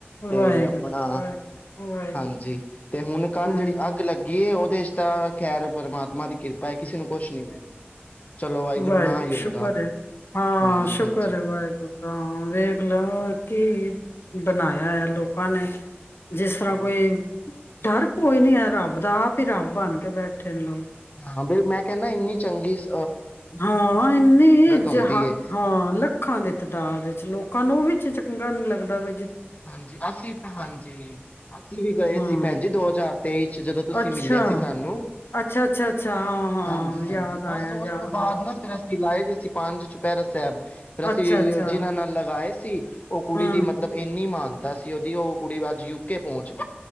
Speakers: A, on the left (about 40°); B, on the left (about 65°).
A: ਤੇ
B: ਵਾਹਿਗੁਰੂ
A: ਆਪਣਾ
B: ਵਾਹਿਗੁਰੂ ਵਾਹਿਗੁਰੂ
A: ਹਾਂਜੀ ਤੇ ਹੁਣ ਕੱਲ
B: ਹਮ
A: ਜਿਹੜੀ ਅੱਗ ਲੱਗੀ ਉਹ ਇਸ ਤਰਾਂ ਖੈਰ ਪਰਮਾਤਮਾ ਦੀ ਕਿਰਪਾ ਹੈ ਕਿਸੇ ਨੂੰ ਕੁਛ ਨੀ ਹੋਇਆ ਚਲੋ ਵਾਹਿਗੁਰੂ
B: ਵਾਹਿਗੁਰੂ
A: ਨਾ ਹੀ
B: ਸ਼ੁਕਰ
A: ਹੁੰਦਾ
B: ਹੈ ਹਾਂ
A: ਹਾਂਜੀ
B: ਸ਼ੁਕਰ
A: ਹਾਂਜੀ
B: ਹੈ ਵਾਹਿਗੁਰੂ ਦਾ ਵੇਖ ਲਓ ਕੀ ਬਣਾਇਆ ਹੈ ਲੋਕਾਂ ਨੇ ਜਿਸ ਤਰ੍ਹਾਂ
A: ਹਾਂਜੀ
B: ਕੋਈ ਡਰ ਭੋਰਾ ਨਹੀਂ ਹੈ ਰੱਬ ਆਪ ਹੀ ਰੱਬ ਬਣ ਕੇ ਬੈਠੇ ਨੇ ਲੋਕ
A: ਹਾਂ ਮੈਂ ਕਹਿੰਦਾ ਇੰਨੀ ਚੰਗੀ ਸੀ
B: ਹਾਂ ਇੰਨੀ
A: ਹੁੰਦੀ
B: ਜਹਾ
A: ਏ
B: ਹਾਂ ਲੱਖਾਂ ਦੀ ਤਾਦਾਦ ਵਿੱਚ ਲੋਕਾਂ ਨੂਹ ਵੀ ਵਿੱਚ ਚੰਗਾ ਨੀ ਲੱਗਦਾ ਬਈ
A: ਹਾਂਜੀ ਅਸੀਂ ਹਾਂਜੀ ਅਸੀਂ ਵੀ ਗਏ
B: ਹਾਂ
A: ਸੀ ਭੈਣ ਜੀ ਜਦੋਂ ਦੋ ਹਜ਼ਾਰ ਤੇਈ ਚ ਜਦੋਂ ਤੁਸੀਂ
B: ਅੱਛਾ
A: ਮਿਲੇ ਸੀ ਸਾਨੂੰ
B: ਅੱਛਾ ਅੱਛਾ ਅੱਛਾ ਹਾਂ ਹਾਂ
A: ਹਾਂਜੀ ਹਾਂਜੀ
B: ਯਾਦ
A: ਬਸ
B: ਆਇਆ
A: ਉਸ
B: ਯਾਦ
A: ਤੋ ਬਾਅਦ
B: ਆਇਆ
A: ਨਾ ਫ਼ਿਰ ਲਾਏ ਦੇ ਸੀ ਪੰਜ ਚੁਪਹਿਰਾ ਸਾਹਿਬ ਰਸੀ
B: ਅੱਛਾ ਅੱਛਾ
A: ਜੀਨਾ ਨਾ ਲਗਾਏ ਸੀ ਉਹ ਕੁੜੀ
B: ਹਾਂ
A: ਦੀ ਮਤਲਬ ਨਹੀਂ ਮਹਾਨਤਾ ਸੀ ਉਹਦੀ ਉਹ ਕੁੜੀ ਅੱਜ ਯੂਕੇ ਪਹੁੰਚ ਗਈ